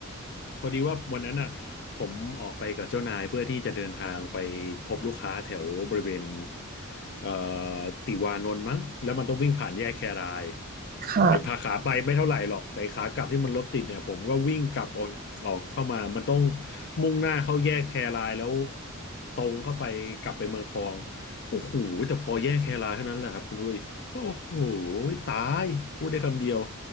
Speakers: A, on the left; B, on the right.
A: พอดีว่าวันนั้นอ่ะผมออกไปกับเจ้านายเพื่อที่จะเดินทางไปพบลูกค้าแถวบริเวณเอ่อติวานนท์มั้งแล้วมันต้องวิ่งผ่านแยกแคราย
B: ค่ะ
A: ไอ้พาขาไปไม่เท่าไหร่หรอกแต่ขากลับที่มันรถติดเนี่ยผมก็วิ่งกลับออกออกเข้ามามันต้องมุ่งหน้าเข้าแยกแครายแล้วตรงเข้าไปกลับไปเมืองทองโอ้โหแต่พอแยกแครายเท่านั้นแหละครับคุณด้วยโอ้โหตายพูดได้คำเดียว